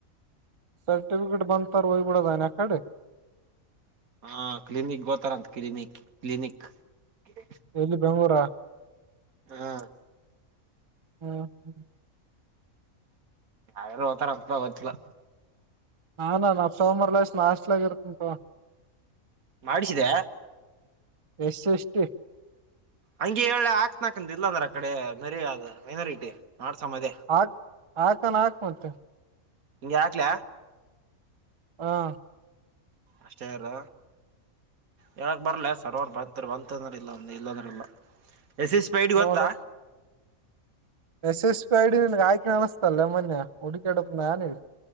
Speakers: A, on the right; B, on the right.
A: ಸರ್ಟಿಫಿಕೇಟ್ ಬಂತಾರ ಒಯಬೂಡದನ ಅಕ್ಕಡೆ
B: ಹಾ ಕ್ಲಿನಿಕ್ ಗೋತಾರಂತ ಕ್ಲಿನಿಕ್ ಕ್ಲಿನಿಕ್ <unintelligible>
A: ಇಲ್ಲಿ ಬೆಂಗ್ಳೂರಾ
B: ಹಾ
A: ಹ್ಮ ಹ
B: ಯಾರಾರು ಓತಾರ ಅಂತ ಗೊತ್ತಿಲ್ಲ
A: ಹಾ ನ ನಾ ಸೋಮವಾರ ಲಸ್ ನಾಸ್ಲಗರ್ತ ಉಂಟ
B: ಮಾಡಿಸಿದೆ
A: ಎಸ್ ಎಷ್ಟಟಿ
B: ಹಂಗಗೆ ಹೇಳ ಹಾಕ್ತನ ಹಾಕಂದ ಇಲ್ಲ ಅಂದ್ರೆ ಆ ಕಡೆ ಮರರೆ ಅ ಮೈನಾರಿಟಿ ಮಾಡ್ಸಮದೇ
A: ಹಾಕ್ ಹಾಕಾನ ಹಾಕ್ ಮತ್ತೆ
B: ನೀ ಯಾಕ್ಲ
A: ಹಾ
B: ಅಷ್ಟೇ ಅಲ್ಲ ಹೇಳಕ್ ಬರಲ ಸರ್ವರ್ ಬಂತರು ಬಂತಂದರು ಇಲ್ಲ ಒಂದು ಇಲ್ಲಂದ್ರ ಇಲ್ಲ ಎಸ್ ಎಸ್ ಪೈಡ್
A: ನೋ
B: ಗೊತ್ತಾ
A: ಎಸ್ ಎಸ್ ಐ ಹಡಿನ್ಗ್ ಆಯ್ಕೆ ಅನಸ್ತಲ್ಲೆ ಮೊೆ ಹುಡುಕಾಡತ್ ನಾನ <inaudible>